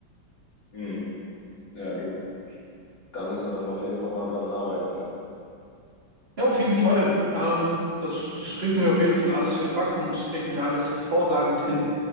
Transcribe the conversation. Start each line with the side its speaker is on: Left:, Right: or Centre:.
Left: Mhm. Ja, du, da müssen wir dann auf jeden Fall mal dran arbeiten, ne?
Right: Ja, auf jeden Fall. Ähm, das, das kriegen wir auf jeden Fall alles gebacken und das kriegen wir alles hervorragend hin.